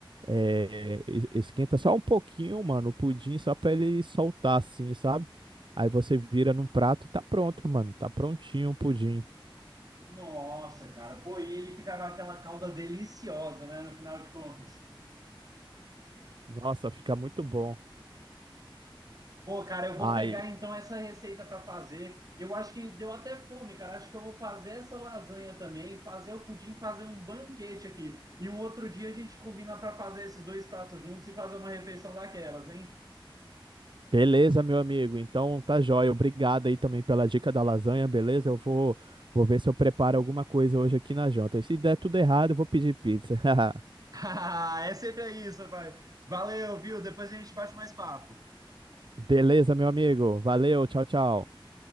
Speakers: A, on the right; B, on the right.
A: É, es- esquenta só um pouquinho, mano, o pudim só pra ele soltar assim, sabe? Aí você vira num prato e tá pronto, mano. Tá prontinho o pudim.
B: nossa, cara, pô, e ele ficava aquela calda deliciosa, né, no final de contas.
A: Nossa, fica muito bom.
B: Pô, cara, eu vou
A: Aí,
B: pegar então essa receita para fazer. Eu acho que deu até fome, cara. Acho que eu vou fazer essa lasanha também, fazer o pudim, fazer um banquete aqui. E um outro dia a gente combina para fazer esses dois pratos juntos e fazer uma refeição daquelas, hein?
A: beleza, meu amigo. Então tá jóia. Obrigado aí também pela dica da lasanha, beleza? Eu vou, vou ver se eu preparo alguma coisa hoje aqui na janta. E se der tudo errado, eu vou pedir pizza. <laughs>
B: <laughs> Ah, É sempre isso, pai. Valeu, viu? Depois a gente bate mais papo.
A: Beleza, meu amigo. Valeu, tchau, tchau.